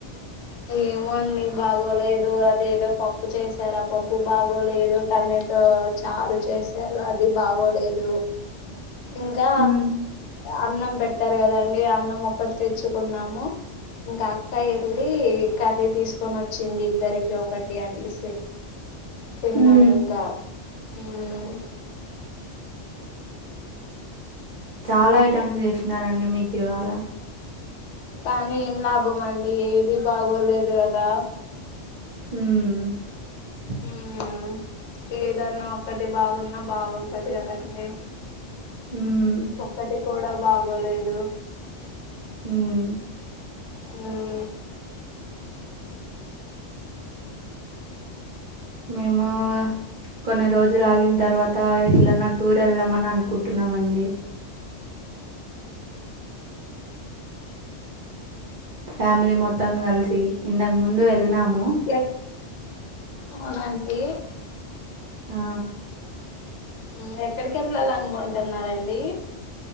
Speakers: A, on the left (about 75°); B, on the right (about 60°).
A: ఏమోండి బాగోలే అదేదో పప్పు చేసారు ఆ పప్పు బాగోలేదు టమాటో చారు చేసారు అది బాగోలేదు ఇంకా
B: హ్మ్
A: అన్నం పెట్టారు కదండి అన్నం ఒక్కటి తెచ్చుకున్నాము ఇంకా అక్కయ్ వెళ్లి కర్రీ తీసుకొని వచ్చింది ఇద్దరికీ ఒకటి అనేసి తిన్నాం
B: హ్మ్.
A: ఇంకా ఉమ్
B: చాలా ఐటమ్స్ చేసినారండి మీకు ఇవాళ
A: కానీ ఏం లాభం అండి ఏది బాగోలేదు గదా
B: ఉమ్ <unintelligible>
A: మ్మ్ ఏదన్నా ఒక్కటి బాగున్నా బాగుంటది కదండి
B: ఉమ్
A: ఒక్కటి కూడా బాగోలేదు
B: ఉమ్
A: హు
B: మేముో కొన్ని రోజులు ఆగిన తర్వాత ఎట్లన్నా టూర్ వెళ్దామని అనుకుంటున్నామండి ఫ్యామిలీ మొత్తం కలిసి ఇంతకు ముందు వెళ్ళినాము
A: ఎక్ అవునాఅండి
B: ఆ
A: హు ఎక్కడికి వెళ్ళాల అనుకుంటున్నారండి